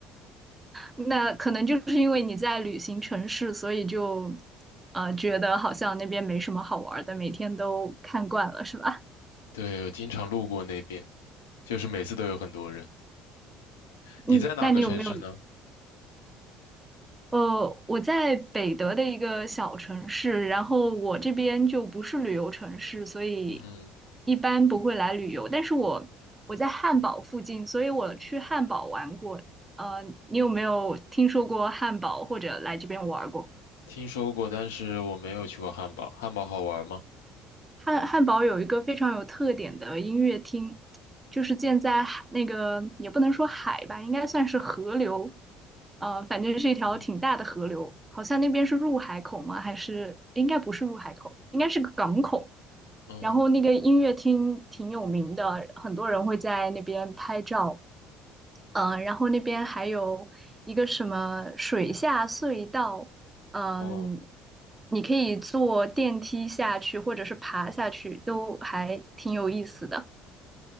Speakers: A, on the right; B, on the left.
A: 那可能就是因为你在旅行城市，所以就呃觉得好像那边没什么好玩儿的，每天都看惯了，是吧？
B: 对，我经常路过那边，就是每次都有很多人。你在哪个城市呢？
A: 嗯，那你有没有呃，我在北德的一个小城市，然后我这边就不是旅游城市，所以
B: 嗯，
A: 一般不会来旅游。但是我我在汉堡附近，所以我去汉堡玩过。呃，你有没有听说过汉堡或者来这边玩过？
B: 听说过，但是我没有去过汉堡。汉堡好玩吗？
A: 汉汉堡有一个非常有特点的音乐厅，就是建在海那个也不能说海吧，应该算是河流，呃，反正是一条挺大的河流，
B: 嗯
A: 好像那边是入海口吗？还是应该不是入海口，应该是个港口。
B: 嗯
A: 然后那个音乐厅挺有名的，很多人会在那边拍照。嗯、呃，然后那边还有一个什么水下隧道，嗯，
B: 哦，
A: 你可以坐电梯下去，或者是爬下去，都还挺有意思的。